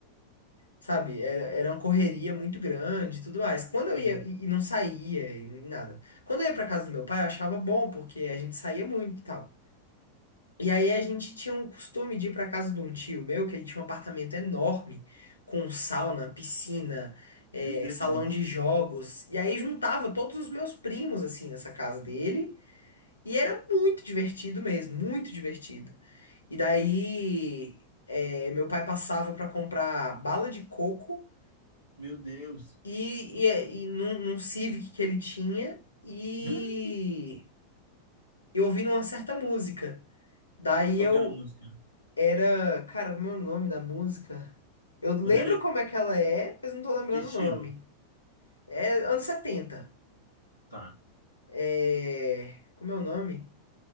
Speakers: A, on the left (about 80°); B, on the right (about 80°).
A: Sabe, era, era uma correria muito grande e tudo mais. Quando
B: sim.
A: eu ia, e, e não saía, e nada. Quando eu ia pra casa do meu pai, eu achava bom, porque a gente saía muito e tal. E aí a gente tinha um costume de ir pra casa de um tio meu, que ele tinha um apartamento enorme, com sauna, piscina, eh,
B: Meu Deus,
A: salão
B: que delícia.
A: de jogos. E aí juntava todos os meus primos, assim, nessa casa dele. E era muito divertido mesmo, muito divertido. E daí, eh, meu pai passava pra comprar bala de coco
B: Meu Deus.
A: e, e, é, e num, num Civic que ele tinha e
B: <laughs>
A: eu ouvindo uma certa música. Daí
B: Qual
A: eu
B: que era a música?
A: era, cara, como é o nome da música? Eu lembro
B: Mas era
A: como é que ela é, mas não tô lembrando
B: que estilo?
A: o nome. É anos setenta
B: Tá.
A: É, como é o nome?